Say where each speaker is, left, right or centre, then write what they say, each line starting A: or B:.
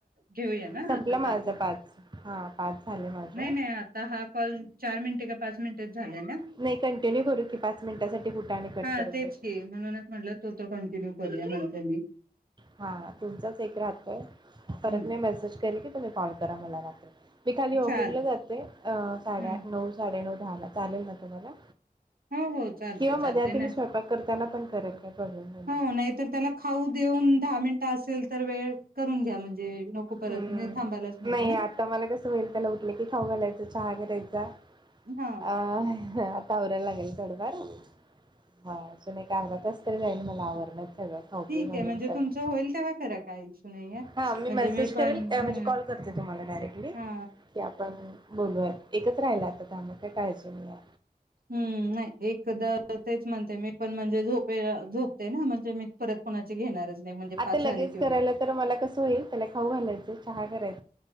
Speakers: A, on the right; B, on the right.
A: घेऊया ना <unintelligible>
B: संपलं माझं पाच. हा पाच झाले माझे.
A: नाही नाही आता हा कॉल चार मिनटे का पाच मिनिट झालाय ना
B: नाही कंटिन्यू करू की पाच मिनिटासाठी कुठं आणि कट
A: हा
B: करत
A: तेच
B: बसू.
A: की म्हणूनच म्हटलं तो तर कंटिन्यू करू <unintelligible>
B: हा तुमचाच एक राहतोय, परत
A: हम्म
B: मी मेसेज करीन की तुम्ही कॉल करा मला रा- मी खाली वाॅकिंगला
A: चालेल
B: जाते अ साडेआठ
A: ह
B: नऊ साडेनऊ दहाला चालेल ना तुम्हाला?
A: हो हो चालतय
B: किंवा
A: चालतय
B: मध्ये आधी
A: ना
B: मी स्वयंपाक करताना पण करेल काही प्रॉब्लेम नाही मला
A: हो नाहीतर त्याला खाऊ देऊन दहा मिनिटं असेल तर वेळ करून घ्या म्हणजे नको परत
B: हम्म
A: म्हणजे थांबायलाच नको
B: नाही
A: ना
B: आता मला कसं होईल त्याला उठलं की खाऊ घालायचं चहा करायचा
A: हा
B: अ आता आवर त्या वेळेला लागलेलं थोडंफार हा अजून एक अर्धा तास तरी जाईल मला आवरण्यात सगळं खाऊ
A: ठीके
B: पिऊ घालून
A: म्हणजे
B: त्याला
A: तुमचं होईल तेव्हा करा काय इशू नाहीए
B: हा
A: म्हणजे
B: मेसेज
A: मी पण
B: करेल ऍ म्हणजे
A: हं
B: कॉल करते तुम्हाला डायरेक्टली
A: हा
B: की आपण बोलूया एकच राहिला आता त्यामुळे काय काळजी नाहीये
A: हम्म नाही एकदा तेच म्हणते मी पण म्हणजे झोपेला झोप ते ना म्हणजे मी परत कोणाची घेणारच नाही म्हणजे
B: आता
A: पाच
B: लगेच
A: झाली की
B: करायला तर मला कसं होईल त्याला खाऊ घालायचं, चहा कराय